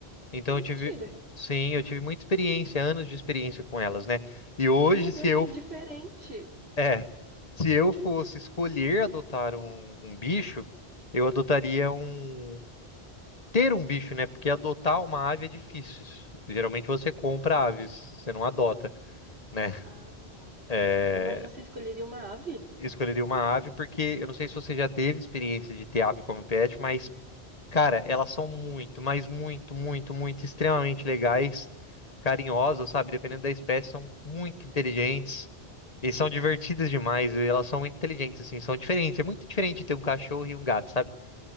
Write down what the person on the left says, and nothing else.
Então
eu tive, sim, eu tive muita experiência, anos de experiência com elas, né? E hoje,
se
eu,
é, se eu fosse escolher adotar um, um bicho, eu adotaria um, ter um bicho, né? Porque adotar uma ave é difícil. Geralmente você compra aves, você não adota, né?
É,
escolheria uma ave porque eu não sei se você já teve experiência de ter ave como pet, mas Cara, elas são muito, mas muito, muito, muito extremamente legais, carinhosas, sabe? Dependendo da espécie, são muito inteligentes e são divertidas demais. E elas são muito inteligentes, assim, são diferentes. É muito diferente ter um cachorro e um gato, sabe?